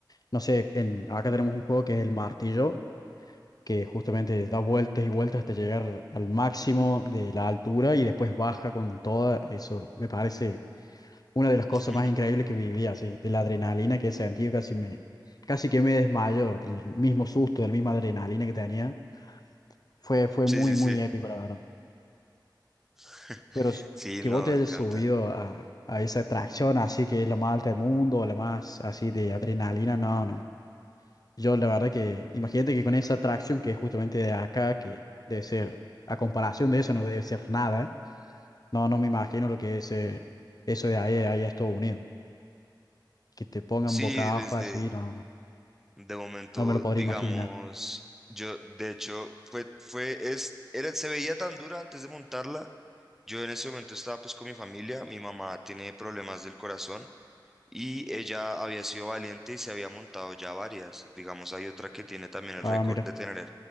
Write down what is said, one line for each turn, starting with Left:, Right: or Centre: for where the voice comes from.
Left: no sé, en, acá tenemos un juego que es el martillo. que justamente da vueltas y vueltas hasta llegar al máximo de la altura y después baja con toda eso. Me parece una de las cosas
Centre: <laughs>
Left: más increíbles que viví así, de la adrenalina que he sentido, casi me, casi que me desmayo, del mismo susto, del misma adrenalina que tenía. Fue, fue
Centre: Sí,
Left: muy,
Centre: sí,
Left: muy
Centre: sí.
Left: épico, la verdad.
Centre: <laughs>
Left: Pero s-
Centre: Sí,
Left: que
Centre: no,
Left: vos te
Centre: me
Left: hayas
Centre: encanta.
Left: subido a, a esa atracción así que es la más alta del mundo, la más así de adrenalina, no, no. Yo la verdad que, imagínate que con esa atracción que es justamente de acá, que debe ser, a comparación de eso no debe ser nada, no, no me imagino lo que es eh, eso de ahí, allá a Estados Unidos, que te pongan
Centre: Sí,
Left: boca
Centre: desde
Left: abajo así, no, no,
Centre: de momento,
Left: no me lo podría
Centre: digamos,
Left: imaginar.
Centre: yo de hecho fue fue es era se veía tan dura antes de montarla. Yo en ese momento estaba pues con mi familia, mi mamá tiene problemas del corazón y ella había sido valiente y se había montado ya varias. Digamos, hay otra que tiene también el
Left: Ah,
Centre: récord
Left: mira,
Centre: de tener